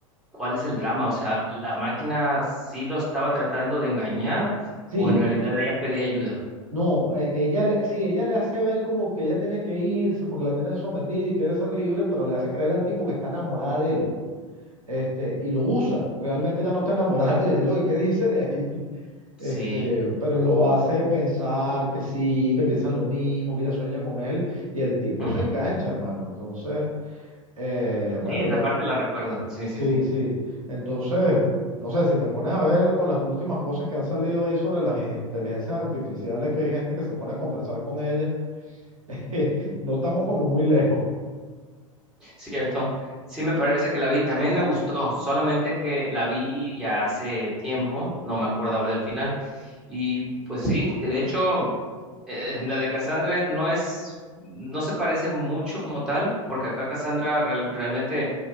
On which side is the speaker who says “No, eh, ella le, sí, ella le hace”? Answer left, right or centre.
Right